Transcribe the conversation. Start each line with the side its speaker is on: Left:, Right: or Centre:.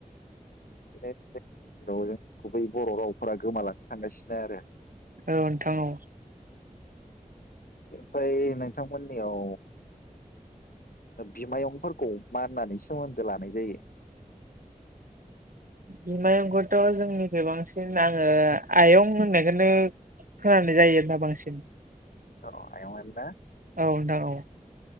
Left: बिनो जोंनि गेजेराव जोंनि गुबै बर' रावफोरा गोमालांनो थांगासिनो आरो
Right: औ नोंथां औ।
Left: ओमफ्राय नोंथांमोननियाव बिमायंफोरखौ माननानै सोमोन्दो लानाय जायो।
Right: बिमायंखौथ' जोंनिफ्राय बांसिन आङो आयं होननायखौनो खोनानाय जायोना बांसिन
Left: औ आयं दा
Right: औ नोंथां औ।